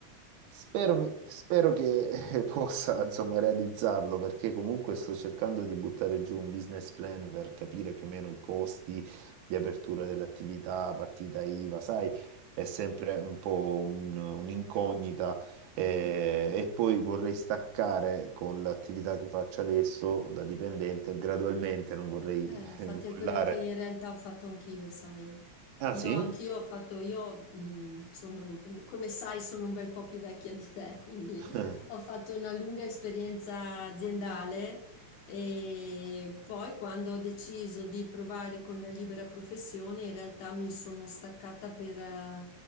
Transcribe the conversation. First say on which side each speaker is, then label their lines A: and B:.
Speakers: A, on the right (about 80°); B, on the left (about 85°).
A: Spero, mi- spero che <laughs> eh, possa, insomma, realizzarlo perché comunque sto cercando di buttare giù un business plan per capire più o meno i costi di apertura dell'attività, partita IVA, sai, è sempre un po' un- un'incognita eh,
B: Eh.
A: e poi vorrei staccare con l'attività che faccio adesso da dipendente gradualmente, non vorrei
B: Eh, infatti
A: eh, mollare.
B: è quello che in realtà ho fatto anch'io, sai.
A: Ah
B: Io
A: sì?
B: anch'io ho fatto, io mh, sono, come sai, sono un bel po' più vecchia di te, <laughs> quindi
A: <laughs>
B: ho fatto una lunga esperienza aziendale e poi quando ho deciso di provare con la libera professione, in realtà mi sono staccata per eh,